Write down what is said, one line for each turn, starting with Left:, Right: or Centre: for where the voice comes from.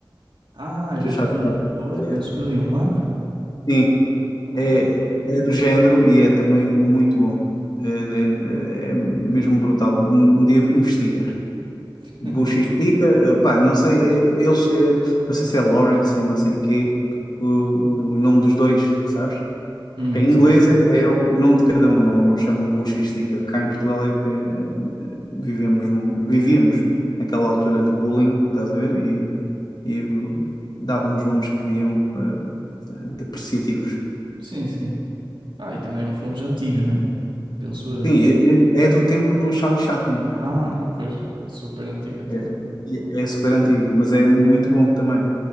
Right: Ah,
Left: do
Right: era
Left: Charlie
Right: tipo um
Left: Chaplin.
Right: gordo,
Left: Eh,
Right: penso eu, e um magro.
Left: Sim,
Right: Ah,
Left: é, é do género e é também muito bom, Eh, é, é mesmo brutal, um, um dia investiga,
Right: <laughs>
Left: bucha e estica, eh, pá, não sei, eh, eles, eh, não sei se é Lawrence e não sei o quê, o, o nome dos dois, sabes?
Right: hum,
Left: Em inglês
Right: sim, sim.
Left: é, é o nome de cada um, não, não chamam buchística. Cá em Portugal é que eh, vivemos num- vivíamos naquela altura de bullying, estás a ver? E, e davam os nomes que queriam eh, depreciativos.
Right: Sim, sim. Ah, e também eram filmes antigos, né? Penso eu.
Left: Sim, é, é do tempo do Charlie Chaplin.
Right: Ah, pois. Super antigo, então.
Left: É, e é super antigo, mas é muito bom também.